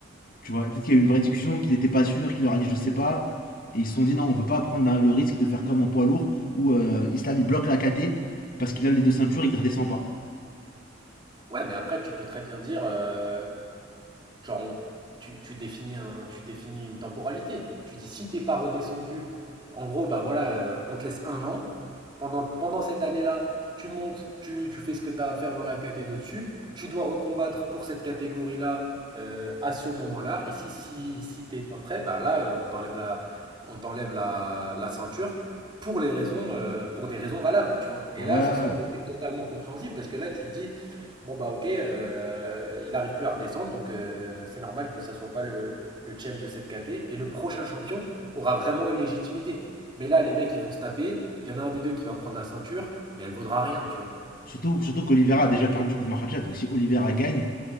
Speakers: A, on the left; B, on the right.
A: tu vois, et peut-être qu'il y a eu une vraie discussion, qu'il n'était pas sûr, qu'il leur a dit je sais pas. Et ils se sont dit non, on veut pas prendre le risque de faire comme en poids lourd où euh, Islam il bloque la KT parce qu'il a les deux ceintures et il ne redescend pas.
B: Ouais, mais après, tu peux très bien dire, euh, Genre, on- tu, tu définis un, tu définis une temporalité. Tu dis si t'es pas redescendu, en gros, bah voilà, euh, on te laisse un an. Pendant, pendant cette année-là, tu montes, tu, tu fais ce que tu as à faire dans la catégorie d'au-dessus. Tu dois recombattre pour cette catégorie-là euh, à ce moment-là. Et si, si, si t'es pas prêt, bah là, euh, on t'enlève la, on t'enlève la, la ceinture pour les raisons, euh, pour des raisons valables, tu vois. Et
A: Ouais.
B: là, ça, ça aurait été totalement compréhensible parce que là, tu te dis, Bon bah ok, euh, il arrive plus à redescendre, donc euh, c'est normal que ça soit pas le, le champ de cette KT. Et le prochain champion aura vraiment une légitimité. Mais là, les mecs, ils vont se taper. Il y en a un des deux qui va prendre la ceinture, mais elle vaudra rien, tu vois.
A: Surtout, surtout qu'Olivera a déjà perdu contre Makhachev, donc si Olivera gagne,